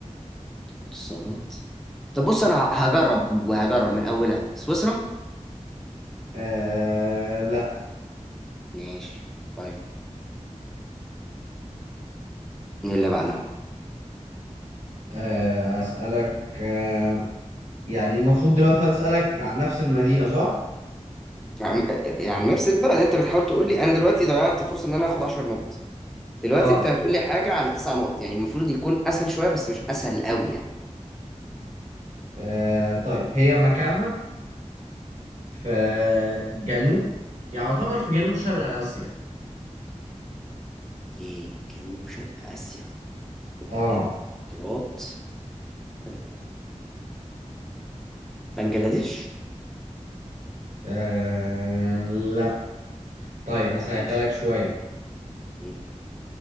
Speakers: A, in the centre; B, on the right.
A: اطارات سيارات طب بص انا ه- هجرب هجرب من اولها سويسرا
B: آه لا
A: ماشي طيب ايه اللي بعدها
B: آه أسألك آه يعني المفروض دلوقتي هسألك عن نفس المدينة صح؟
A: يعني يعني نفس البلد انت بتحاول تقول لي انا دلوقتي ضيعت فرصه ان انا اخد 10 نقط دلوقتي
B: اه,
A: انت هتقول لي حاجه على تسع نقط يعني المفروض يكون اسهل شويه بس مش اسهل قوي يعني
B: آه طيب هي مكانها في جنوب يعني يعتبر في جنوب شرق آسيا
A: ايه جنوب شرق اسيا
B: اه,
A: إيه؟ اطارات آه، بنجلاديش
B: آه لا طيب هسهلها
A: ماشي
B: لك شوية
A: ايه